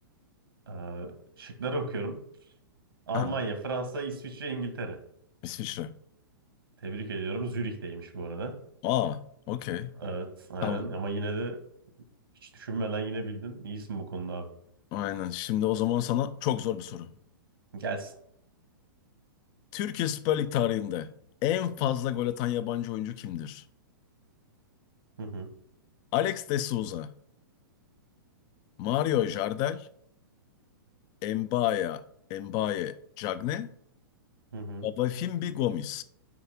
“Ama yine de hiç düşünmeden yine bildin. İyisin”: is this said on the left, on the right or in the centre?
Right